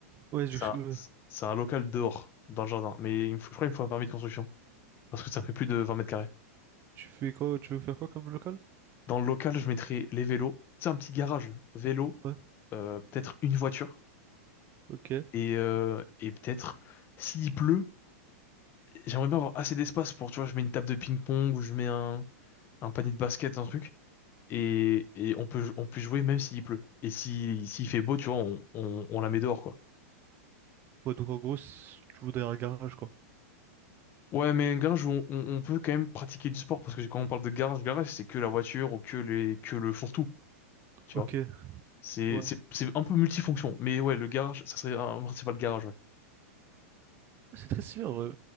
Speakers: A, on the right; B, on the left.
A: Ouais, je-
B: C'est un,
A: euh,
B: c'est un local dehors, dans le jardin. Mais il me faut- je crois qu'il me faut un permis de construction. Parce que ça fait plus de 20 mètres carrés.
A: tu fais quoi? Tu veux faire quoi comme local?
B: Dans le local, je mettrai les vélos. C'est un petit garage. Vélo,
A: Ouais.
B: euh, peut-être une voiture.
A: Ok.
B: Et, euh, et peut-être, s'il pleut, j'aimerais bien avoir assez d'espace pour, tu vois, je mets une table de ping-pong ou je mets un, un panier de basket, un truc, et, et on peut, on peut jouer même s'il pleut. Et si, s'il fait beau, tu vois, on, on, on la met dehors, quoi.
A: Ouais, donc en gros, si tu voudrais un garage, quoi.
B: Ouais, mais un garage, où on, on, on peut quand même pratiquer du sport, parce que quand on parle de garage, garage, c'est que la voiture ou que les, que le fourre-tout, tu vois.
A: Ok,
B: C'est,
A: ouais.
B: c'est, c'est un peu multifonction, mais ouais, le garage, ça serait un principal garage, ouais.
A: C'est très stylé, en vrai.